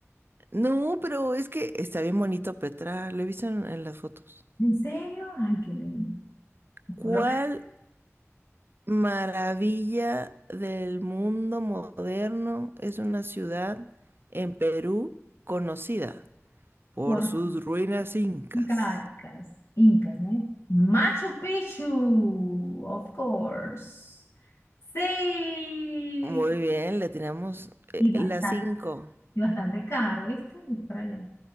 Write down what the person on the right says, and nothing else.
No, pero es que está bien bonito Petra, lo he visto en en las fotos.
¿Cuál
Maravilla del mundo moderno es una ciudad en Perú conocida por
sus ruinas incas.
Muy bien, le tiramos
las cinco.